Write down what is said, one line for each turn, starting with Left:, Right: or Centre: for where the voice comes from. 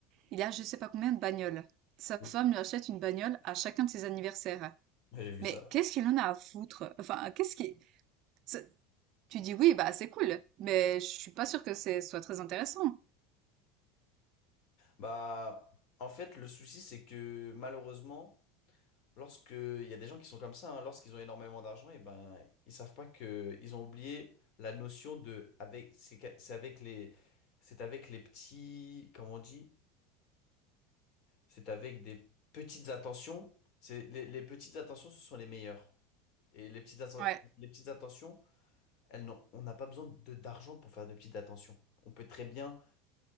Right: il a je sais pas combien de bagnoles. Sa
Left: Oui,
Right: femme lui achète une bagnole à chacun de ses anniversaires.
Left: j'ai vu
Right: Mais
Left: ça.
Right: qu'est-ce qu'il en a à foutre? Enfin, qu'est-ce qui... c'est- Tu dis oui, bah c'est cool, mais je suis pas sûre que c'est soit très intéressant.
Left: Bah, en fait, le souci, c'est que malheureusement, lorsque il y a des gens qui sont comme ça, hein, lorsqu'ils ont énormément d'argent, et ben, ils savent pas que ils ont oublié la notion de avec c'est qu'a- c'est avec les c'est avec les petits comment on dit? C'est avec des petites attentions. C'est les, les petites attentions, ce sont les meilleures. Et les petites atten-
Right: Ouais,
Left: les petites attentions, elles n'ont- on n'a pas besoin de d'argent pour faire de petites attentions. On peut très bien